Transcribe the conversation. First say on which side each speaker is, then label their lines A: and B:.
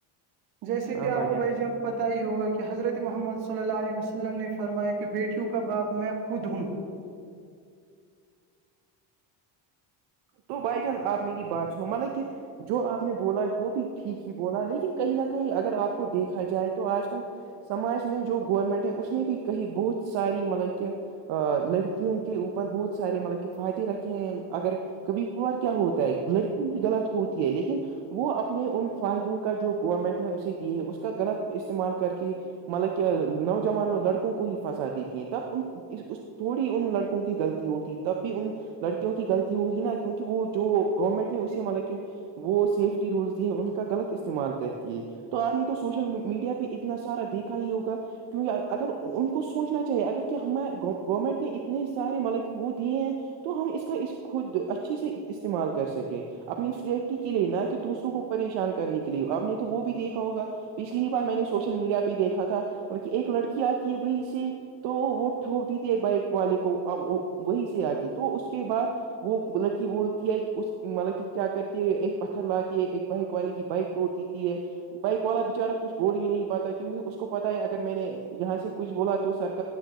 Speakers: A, on the right; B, on the right.
A: جیسے
B: ہاں
A: کہ آپ کو
B: جان
A: بھائی جب پتہ ہی ہوگا کہ حضرت محمد صلی اللہ علیہ وسلم نے فرمایا کہ بیٹیوں کا باپ میں خود ہوں-
B: تو بھائی جان آپ میری بات سنو مطلب کہ- جو آپ نے بولا وہ بھی ٹھیک ہی بولا لیکن کہیں نہ کہیں اگر آپ کو دیکھا جائے تو آج کل- سماج میں جو گورنمنٹ ہے اس نے بھی کہی بہت ساری مطلب کہ ا لڑکیوں کے اوپر بہت سارے مطلب کہ فائدے رکھے ہیں اگر- کبھی کبھار کیا ہوتا ہے لڑکی ہی غلط ہوتی ہے لیکن وہ اپنے ان فائدوں کا جو گورنمنٹ نے اسے دیے ہے اس کا غلط استعمال کر کے- مطلب کہ نوجوان لڑکوں کو ہی پھنسا دیتی ہیں تب ان- اس تھوڑی ان لڑکوں کی غلطی ہوتی تب بھی ان لڑکیوں کی غلطی ہوتی نا- کیونکہ وہ جو گورنمنٹ نے اسے مطلب کہ- وہ سیفٹی رولز یہ ہے ان کا غلط استعمال کرتی ہے- تو آپ نے تو سوشل میڈیا پہ اتنا سارا دیکھا ہی ہوگا- کیونکہ اگر ان کو سوچنا چاہیے اگر کہ ہم گورنمنٹ نے اتنے سارے مطلب کہ وہ دیے ہیں- تو ہم اس کا خود اچھے سے استعمال کر سکیں- اپنی سیفٹی کے لیے نہ کہ دوسروں کو پریشان کرنے کے لیے آپ نے تو وہ بھی دیکھا ہوگا- پچھلی بار میں نے سوشل میڈیا پہ ہی دیکھا تھا بطلب کہ ایک لڑکی آتی ہے وہی- تو وہ ٹوک دی تھی ہے بائک والے کو- وہی سے آگ تو اس کے بعد وہ ب- بولتی ہے اس مطلب کہ کیا کرتی ہے ایک پتھر لاتی ہے ایک بائک والی کی بائک توڑ دیتی ہے- بائک والا بچارہ کچھ بول ہی نہیں پاتا کیونکہ اس کو پتا ہے اگر میں نے یہاں سے کچھ بولا تو سرک-